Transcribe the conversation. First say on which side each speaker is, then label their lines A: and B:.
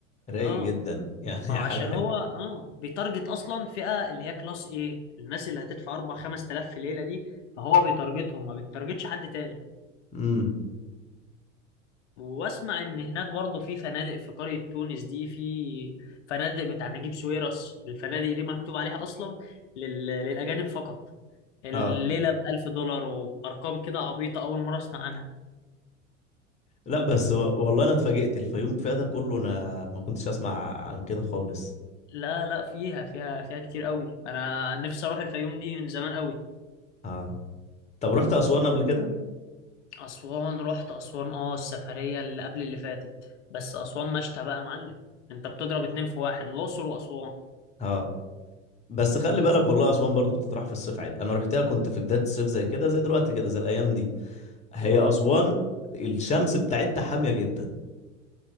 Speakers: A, on the left (about 20°); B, on the left (about 65°).
A: رايق
B: اه
A: جدا <laughs> يعني
B: ما هو عشان
A: حاجه حلوه
B: هو اه بيتارجت اصلا فئه اللي هي كلاس ايه الناس اللي هتدفع 4 5000 في ليله دي فهو بيتارجتهم ما بيتارجتش حد تاني
A: امم
B: واسمع ان هناك برضه في فنادق في قرية تونس دي في فنادق بتاع نجيب ساويرس الفنادق دي مكتوب عليها اصلا لل... للاجانب فقط الليلة
A: اه
B: بألف دولار وبأرقام كده عبيطة أول مرة أسمع عنها
A: لا بس و... والله انا اتفاجئت الفيوم فيها ده كله انا ما كنتش اسمع عن كده خالص
B: لا لا فيها فيها فيها كتير قوي أنا نفسي أروح الفيوم دي من زمان قوي
A: اه طب رحت اسوان قبل كده
B: أسوان رحت أسوان أه السفرية اللي قبل اللي فاتت بس أسوان مشتى بقى يا معلم أنت بتضرب اتنين في واحد الأقصر وأسوان
A: اه بس خلي بالك والله اسوان برضه بتطرح في الصيف عادي انا رحتها كنت في بدايه الصيف زي كده زي دلوقتي كده زي الايام دي هي
B: أه
A: اسوان الشمس بتاعتها حاميه جدا